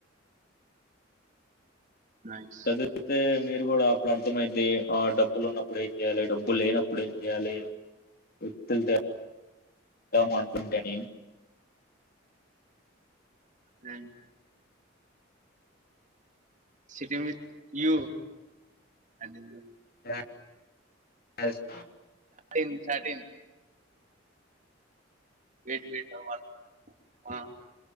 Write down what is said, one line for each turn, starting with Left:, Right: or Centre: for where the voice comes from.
Right: నైస్
Left: చదివితే మీరు కూడా ఇప్పుడు అర్థమైతది అయితే ఆ డబ్బులు ఉన్నప్పుడు ఏం చేయ్యాలి డబ్బులు లేనప్పుడు ఏం చేయ్యాలి వితుల్ తె మాటం తనీ <inaudible>
Right: అ సిటీ మీది వ్యూ అది
Left: <unintelligible>
Right: న్ సాటిన్ వెయిట్ వెయిట్ అవాల ఆ